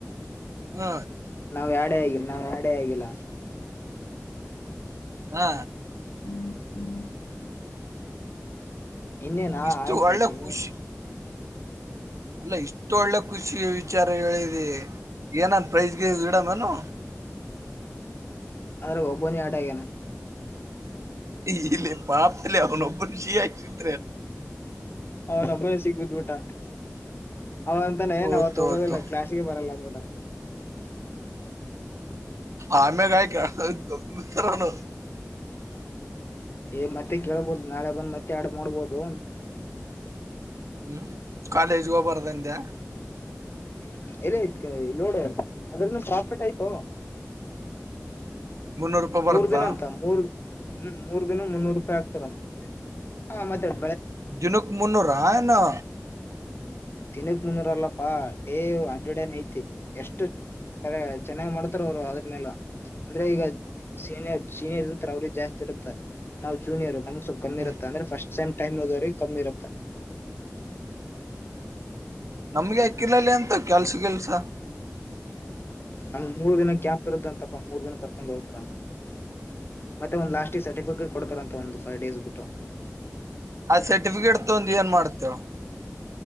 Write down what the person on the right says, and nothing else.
ಹ್ಮ
ಹಾ
ಇಷ್ಟು
ಒಳ್ಳೆ
ಖುಷಿ ಅಲ್ಲ ಇಷ್ಟು ಒಳ್ಳೆ ಖುಷಿ ವಿಚಾರ ಹೇಳಿದಿ ಏನಂತ್. ಪ್ರೈಜ್ ಗಿಜ್ ಇಡವೇನು.
ಇಲ್ಲಿ ಪಾಪದಲ್ಲಿ ಅವ್ನು ಒಬ್ಬನ್ ಷಿಯಕ್ಷ್ನ್.
ಓತು
ಓತು
ಆಮೇಗ್ ಯಾಕೆ <unintelligible>
ಹ್ಮ ಕಾಲೇಜ್ ಹೋಗ್ಬಾರದ ಇಂದೇ.
ಮುನ್ನೂರು ರೂಪಾಯಿ ಬರ್ತಾ
ದಿನುಕ್ ಮುನ್ನೂರಾ ಏನು.
ಹ್ಮ್
ನಮ್ಗೆ ಅಕ್ಕಿರ್ಲಲ್ಲಿ ಅಂತ ಕೆಲ್ಸ್ ಗಿಲ್ಸ.
ಆ ಸರ್ಟಿಫಿಕೇಟ್ ತೊಂದು ಏನ್ ಮಾಡ್ತೀಯೋ.